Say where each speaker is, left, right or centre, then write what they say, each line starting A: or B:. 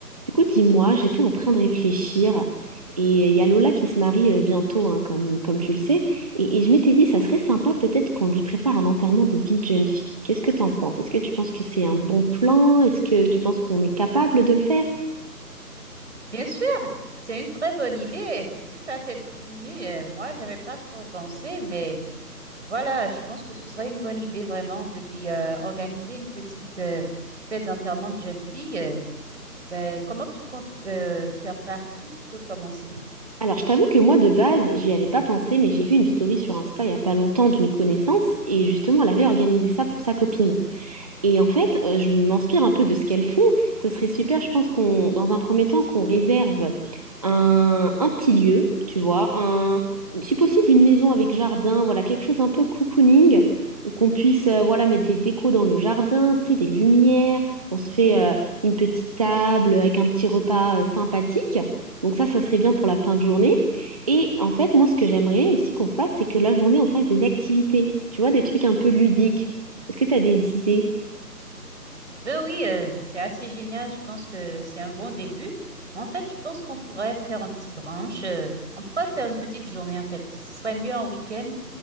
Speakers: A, on the right; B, on the right.
A: Du coup, dis-moi, j'étais en train de réfléchir et il y a Lola qui se marie euh, bientôt, hein, comme, comme tu le sais, et, et je m'étais dit, ça serait sympa peut-être qu'on lui prépare un enterrement de vie de jeune fille. Qu'est-ce que t'en penses? Est-ce que tu penses que c'est un bon plan? Est-ce que tu penses qu'on est capable de le faire?
B: Bien sûr, c'est une très bonne idée. Tout ça t'est venu. euh, Moi, j'avais pas trop pensé, mais voilà, je pense que ce serait une bonne idée vraiment de lui euh, organiser une petite euh, fête d'enterrement de jeune fille. Euh, ben, comment tu comptes euh, faire ça? Où tu comptes commencer?
A: Alors, je t'avoue que moi, de base, j'y avais pas pensé, mais j'ai vu une story sur Insta il y a pas longtemps d'une connaissance et justement, elle avait organisé ça pour sa copine. Et en fait, euh, je m'inspire un peu de ce qu'elles font. Ça serait super, je pense qu'on, dans un premier temps, qu'on réserve un, un petit lieu, tu vois, un, si possible une maison avec jardin, voilà, quelque chose un peu cocooning, où qu'on puisse, euh, voilà, mettre des décos dans le jardin, tu sais, des lumières. On se fait euh, une petite table avec un petit repas euh, sympathique. Donc ça, ça serait bien pour la fin de journée. Et en fait, moi, ce que j'aimerais aussi qu'on fasse, c'est que la journée, on fasse des activités, tu vois, des trucs un peu ludiques. Est-ce que tu as des idées?
B: Ben oui, euh, c'est assez génial. Je pense que c'est un bon début. En fait, je pense qu'on pourrait faire un petit brunch. euh, on pourrait faire une petite journée, en fait. Ce serait mieux en week-end.